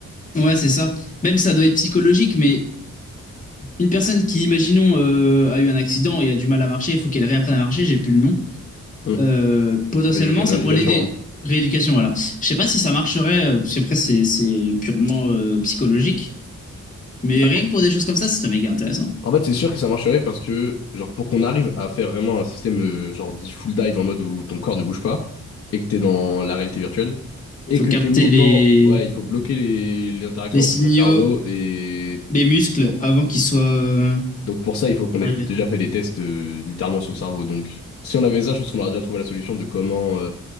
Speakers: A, on the left; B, on the left.
A: Ouais, c'est ça. Même ça doit être psychologique, mais une personne qui, imaginons, euh, a eu un accident et a du mal à marcher, il faut qu'elle réapprenne à marcher, j'ai plus le nom.
B: Mm.
A: Euh, potentiellement,
B: Rééduc- rééducation,
A: ça pourrait l'aider. Rééducation, voilà. Je sais pas si ça marcherait, euh, parce qu'après, c'est, c'est purement euh, psychologique. Mais
B: hein.
A: rien que pour des choses comme ça, ce serait méga intéressant.
B: En fait, c'est sûr que ça marcherait parce que, genre, pour qu'on arrive à faire vraiment un système, euh, genre, dit full dive en mode où ton corps ne bouge pas et que t'es dans la réalité virtuelle
A: Il
B: et
A: faut
B: que
A: capter
B: tes mouvements,
A: les,
B: ouais, il faut bloquer les, les interactions
A: les signaux
B: entre ton cerveau et
A: des muscles
B: ton corps.
A: avant qu'ils soient euh,
B: Donc, pour ça, il faut qu'on
A: arrivés.
B: ait déjà fait des tests, euh, littéralement sur le cerveau. Donc, si on avait ça, je pense qu'on aurait déjà trouvé la solution de comment, euh,